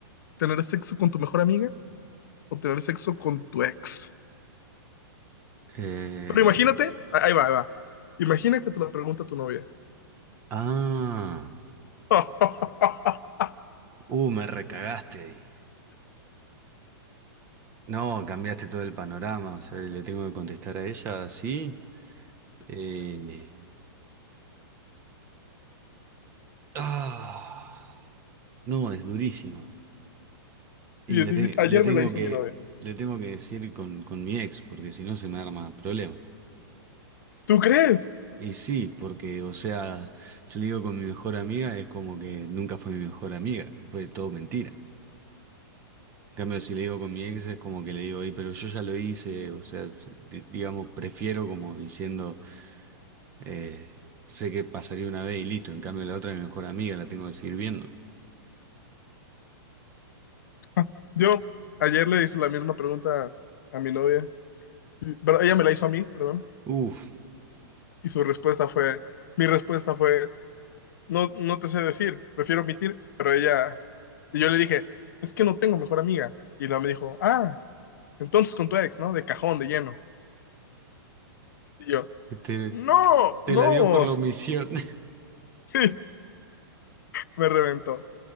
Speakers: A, on the left; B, on the right.
A: tener sexo con tu mejor amiga o tener sexo con tu ex?
B: Eh,
A: Pero imagínate, ah, ahí va, ahí va. Imagina que te lo pregunta tu novia.
B: ah,
A: <laughs>
B: uh, me recagaste. ahí. No, cambiaste todo el panorama, o sea, le tengo que contestar a ella así. Eh, Ah, no, es durísima. Y
A: Y
B: le,
A: es difí-
B: te-
A: ayer
B: le tengo
A: me la hizo
B: que,
A: mi novia.
B: le tengo que decir con, con mi ex, porque si no se me arma problema.
A: ¿Tú crees?
B: Y sí, porque, o sea, si le digo con mi mejor amiga, es como que nunca fue mi mejor amiga, fue todo mentira. En cambio, si le digo con mi ex, es como que le digo, "Ey, pero yo ya lo hice, o sea, di- digamos, prefiero como diciendo. Eh, sé que pasaría una vez y listo. En cambio, la otra, es mi mejor amiga, la tengo que seguir viendo.
A: <laughs> Yo ayer le hice la misma pregunta a mi novia. Y- Pero ella me la hizo a mí, perdón.
B: Uf,
A: Y su respuesta fue, mi respuesta fue, no, no te sé decir, prefiero omitir. Pero ella, y yo le dije, es que no tengo mejor amiga. Y ella me dijo, ah, entonces con tu ex, ¿no? De cajón, de lleno. Y yo,
B: <laughs> te,
A: No,
B: te
A: no.
B: la dio por la omisión. <laughs>
A: Sí, me reventó.